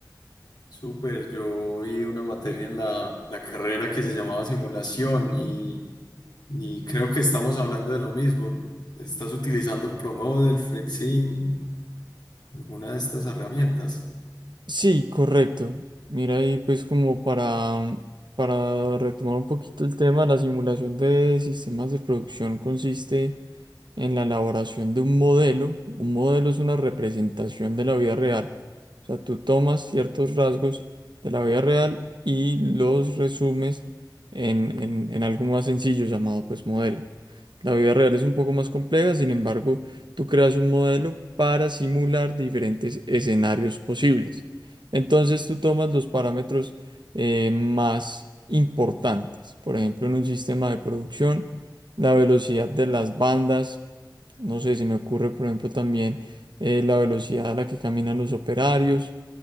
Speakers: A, on the left; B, on the right.
A: Súper. Yo vi una materia en la, en la carrera que se llamaba simulación y, y creo que estamos hablando de lo mismo. ¿Estás utilizando ProModel, Flexim, alguna de estas herramientas?
B: Sí, correcto. Mira ahí pues como para, para retomar un poquito el tema, la simulación de sistemas de producción consiste en la elaboración de un modelo. Un modelo es una representación de la vida real. O sea, tú tomas ciertos rasgos de la vida real y los resumes en, en- en algo más sencillo llamado pues modelo. La vida real es un poco más compleja, sin embargo, tú creas un modelo para simular diferentes escenarios posibles. Entonces tú tomas los parámetros eh, más importantes. Por ejemplo, en un sistema de producción, la velocidad de las bandas no sé, se me ocurre, por ejemplo, también eh, la velocidad a la que caminan los operarios.